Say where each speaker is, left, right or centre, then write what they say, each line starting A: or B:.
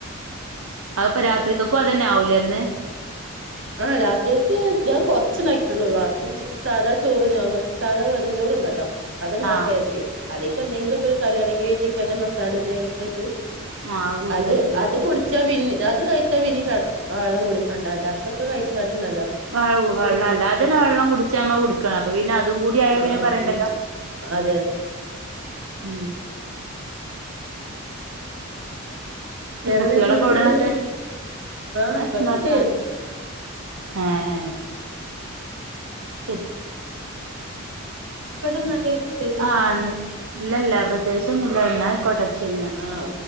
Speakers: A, on the right (about 75°); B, on the right (about 60°).
A: അതപ്പ രാത്രിക്കൊക്കും അത് തന്നെ ആവൂല്ലെ എന്ന്
B: ആഹ് രാത്രിയക്ക് ഞാൻ കോറച്ച് ഉണ്ടായിട്ട് ഉള്ളു ബാക്കിനി സാധാ ചോറ് ചോർമൽ സാധാ വെറും ചോറുണ്ടല്ലോ അത് ഉണ്ടാക്കാന്ന്
A: ആഹ്
B: കരുതി അതിക്ക് എന്തെങ്കിലൊക്കെ ഒരു കറി അണെങ്ക ചിക്കനും മസാല എന്തെങ്കിലുമോക്ക ആയിട്ട്
A: ആഹ് കൂട്ടി
B: അത്
A: കഴിക്കല്ലേ
B: അത് കൊടു കഴിച്ചാ പിന്ന അത് കഴിച്ചാ പിന്ന വെള്ളം കുടളിക്കണ്ടല്ലോ അതൊക്കെ കഴിച്ചാലുണ്ടല്ലോ
A: വ
B: വെള്ളം
A: വെള്ളമല്ല
B: കുടിച്ചങ്ങട്
A: അതിനെ
B: കൊഴങ്ങും
A: വെള്ളം കുടിച്ചാമ്മ കുട അപ്പൊ പിന്നെ അതും കൂടി ആയാ
B: ആഹ്
A: പിന്നെ
B: ആഹ്
A: പറയണ്ടല്ലോ
B: ആഹ് അതെ അതെ
A: ഉം
B: വേറെ
A: കുട്ടികളൊക്കെ
B: പിന്നെ എന്തൊക്കെയുണ്ട്
A: ഇവിടെന്നിട്ടെ
B: ആഹ്
A: ഏഹ്
B: ഇവിടെണ്ട്
A: ഉണ്ടാക്കുന്ന ആഹ് ആഹ് ശരി
B: എന്നാ ആയിക്കോട്ടെ എന്നാല് പ്രത്യേകിച്ചൊന്നുല്ലല്ലോ
A: ആഹ് ഇല്ലല്ല പ്രത്യകിച്ചൊ ഇല്ല ഒന്നായിക്കോട്ടെ അത് ശരി എന്ന
B: ആഹ്